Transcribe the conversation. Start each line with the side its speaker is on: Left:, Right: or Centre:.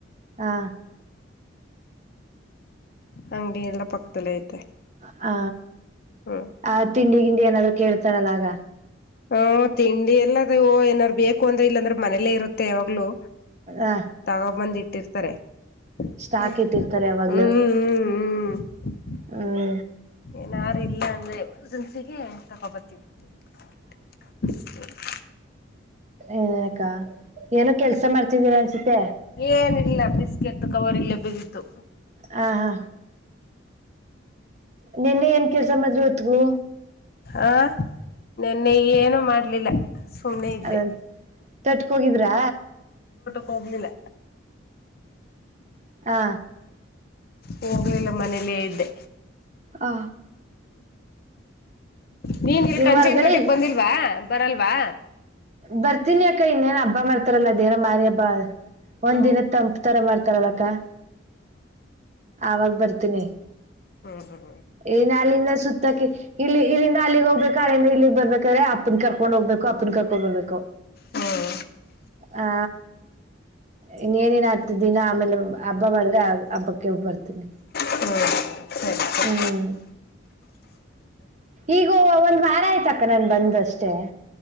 Right: ಹಾ
Left: ಹಂಗೇನೆಲ್ಲ ಪಕ್ಕದಲ್ಲಿ ಐತೆ
Right: ಹ
Left: ಹ್ಮ್
Right: ಆ ತಿ ಏನಾದ್ರು ಕೇಳ್ತಾರಲ್ಲ ಆಗ
Left: ಹ ತಿಂಡಿ ಎಲ್ಲದ ಏನಾರು ಬೇಕು ಅಂದ್ರೆ ಇಲ್ಲಾಂದ್ರೆ ಮನೇಲ್ಲೇ ಇರುತ್ತೆ ಅವಾವಾಗ್ಲುೂ
Right: ಆ
Left: ತಗೋಬಂದ ಇಟ್ಟಿರ್ತಾರೆ
Right: ಸ್ಟಾಕ್
Left: ಹ್ಮ್
Right: ಇಟ್ಟಿರ್ತಾರೆ ಯಾವಾಗ್ಲೂ
Left: ಹ್ಮ್ ಹ್ಮ್ ಹ್ಮ್
Right: ಹ್ಮ್
Left: ಏನಾರು ಇಲ್ಲ ಅಂದ್ರೆ ಜನ್ಸಿಗೆ ತಕೊಬತ್ತ <inaudible> ಹ
Right: ಏ <inaudible> ಏನೋ ಕೆಲ್ಸ ಮಾಡ್ತಿದ್ದೀರಾ ಅನ್ಸತೆ
Left: ಏನಿಲ್ಲ ಬಿಸ್ಕೆಟ್ ಕವರ್ ಇಲ್ಲೇ ಬಿದ್ದಿತು
Right: ಹಾ ಹಾ ನಿನ್ನೆ ಏನ್ ಕೆಲ್ಸ ಮದ್ ಹೊತ್ಗೂ
Left: ಆ ನಿನ್ನೆ ಏನು ಮಾಡ್ಲಿಲ್ಲ ಸುಮ್ನೆ ಇದ್ದೆ
Right: ಅದ ತಟ್ಕ ಹೋಗಿದ್ರಾ
Left: ಹೋಗಲಿಲ್ಲ
Right: ಹಾ
Left: ಹೋಗ್ಲಿಲ್ಲ ಮನೇಲೇ ಇದ್ದೆ
Right: ಆ
Left: ನೀನ್ ಇಲ್
Right: ಈಗ
Left: ಕಂಚೆನ್
Right: ಹೊರ್ಗಡೆ
Left: ತೊಟಿಗೆ
Right: ಇಲ್ಲ
Left: ಬಂದಿಲ್ವಾ ಬರಲ್ವಾ
Right: ಬರ್ತೀನಿ ಅಕ್ಕ ಇನ್ನೇನ್ ಹಬ್ಬ ಮಾಡ್ತಾರಲ್ಲ ದೇರ ಮಾರಿ ಹಬ್ಬಾ ಒಂದ್
Left: ಹ್ಮ್
Right: ದಿನ ತಂಪ್ ತರ ಮಾಡ್ತ ಕರಲಕ್ಕ ಆವಾಗ ಬರ್ತೀನಿ
Left: ಹ್ಮ ಹ
Right: ಏನ್ ಅಲ್ಲಿಂದ ಸುತ್ತಾಕ ಇಲ್ಲಿ ಇಲ್ಲಿಂದ ಅಲ್ಲಿಗ್ ಹೋಗ್ಬೇಕ ಅಲ್ಲಿಂದ ಇಲ್ಲಿಗ್ ಬರ್ಬೇಕ್ರೆ ಅಪ್ಪ ಅಪ್ಪನ್ ಕರ್ಕೊಂಡ್ ಹೋಗ್ು ಅಪ್ಪನ್ ಕರ್ಕೊಂಡ ಬರ್ಬೇಕು
Left: ಹ್ಮ್
Right: ಹಾ ಇನ್ನೇನನ್ ಹತ್ತು ದಿನ ಆಮೇಲೆ ಹಬ್ಬ ಮಾಡಿದ್ರೆ ಆ ಹಬ್ಬಕ್ಕೆ ಬರ್ತೀನಿ
Left: ಹ್ಮ್
Right: ಹ್ಮ
Left: ಸರಿ ಸರಿ
Right: ಈಗೋ ಒಂದ್ ವಾರ ಆಯ್ತ ಅಕ್ಕ ನನ್ು ಬಂದಷ್ಟೆ